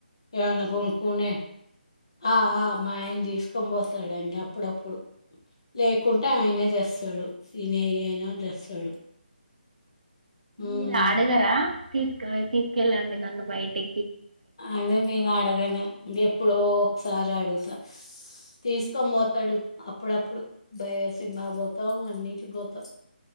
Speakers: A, on the left; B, on the right.
A: ఎమన్న కొనుకునే ఆ ఆ మా ఆయన తీసుకొని పోతాడండి అప్పుడప్పుడు లేకుంటే ఆయనే చేస్ స్తాడు తినేయాయినా తెస్తాడు ఉమ్
B: మీరు ఆడుగారా తీసుకవే తీసుకెళ్ళండి నన్ను బయటి
A: అదే నేను అడగాను గేప్పుడో సారాడుగుతా తీసుకొనిపోతడు అప్పుడప్పుడు భయ్ సినిమాక్ పోతాం అన్నిటికి పోతాం